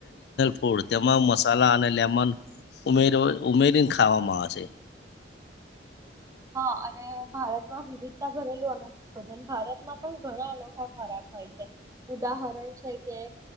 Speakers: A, on the left; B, on the right.
A: ફૂડ તેમાં મસાલા અને લેમન ઉમે ઉમેરીને ખાવામાં આવે છે.
B: હા અને ભારતમાં વિવિધતા ભરેલું અનોખા ભજન ભારતમાં પણ ઘણા અનોખા ખરાબ હોય છે. ઉદાહરણ છે કે